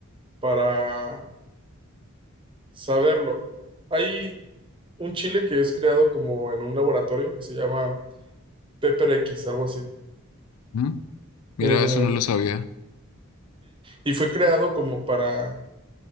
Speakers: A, on the right; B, on the left.
A: para saberlo. Hay un chile que es creado como en un laboratorio que se llama Pepper X, algo así.
B: Ujú. Mira,
A: Eh,
B: eso no lo sabía.
A: y fue creado como para,